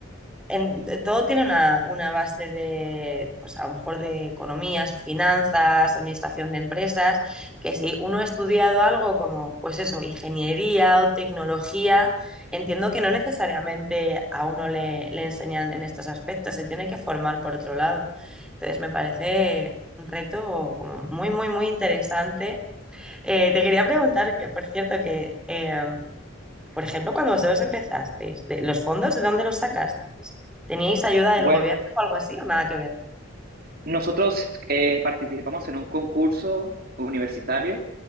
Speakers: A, in the centre; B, on the right.
A: en- de- todo tiene una, una base de, pues a lo mejor de economías o finanzas, administración de empresas, que si uno ha estudiado algo como, pues eso, ingeniería o tecnología, entiendo que no necesariamente a uno le, le enseñan en estos aspectos, se tiene que formar por otro lado. Entonces me parece un reto como muy, muy, muy interesante. Eh, te quería preguntar, que por cierto, que... eh, por ejemplo, cuando vosotros empezasteis, de, ¿los fondos de dónde los
B: Ujú.
A: sacasteis? ¿Teníais ayuda del
B: Bueno.
A: gobierno o algo así o nada que ver?
B: Nosotros eh, participamos en un concurso universitario